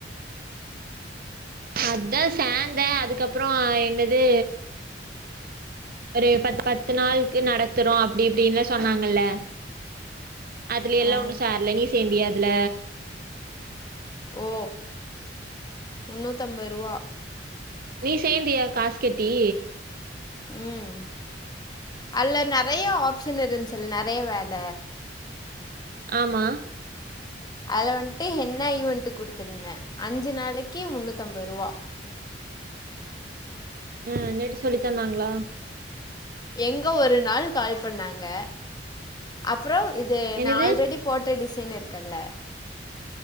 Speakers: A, on the right (about 55°); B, on the left (about 25°).
A: அதா சேந்த அதுக்கப்புறோ என்னது ஒரு பத் பத்து நாளுக்கு நடத்துறோ அப்டி இப்டினுலா சொன்னாங்கல்ல அதுல எல்லா
B: ஆ
A: ஒண்ணு சேர்ல நீ சேந்தியா அ துல?
B: ஓ முந்நூத்தம்பது ரூவா.
A: நீ சேந்தியா காஸ் கட்டி?
B: ம் அதுல நெறைய ஆப்ஷன் இருந்துச்சுல்ல நெறைய வேல?
A: ஆமா.
B: அதல வன்ட்டு ஹென்னா ஈவண்ட் குடுத்துருந்தே. அஞ்சு நாளைக்கி முந்நூத்தம்பது ருவா.
A: ஆ நெட்டு சொல்லித் தந்தாங்களா?
B: எங்க ஒரு நாள் கால் பண்ணாங்க அ ப்றோ இது
A: என்னது
B: நான் ஆல்ரெடி போட்ட டிசைனு இருக்கல்ல